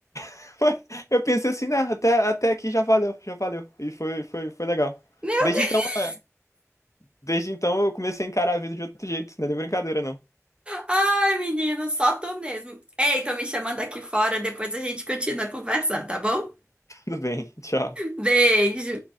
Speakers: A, on the left; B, on the right.
A: <laughs> Foi. Eu pensei assim, né? Até, até aqui já valeu, já valeu. E foi, foi, foi legal.
B: Meu
A: Desde
B: Deus!
A: então, é, desde então eu comecei a encarar a vida de outro jeito, não é nem brincadeira, não.
B: Ai, menino, só tu mesmo. Ei, tô me chamando aqui fora, depois a gente continua a conversar, tá bom?
A: <laughs> Tudo bem, tchau.
B: Beijo!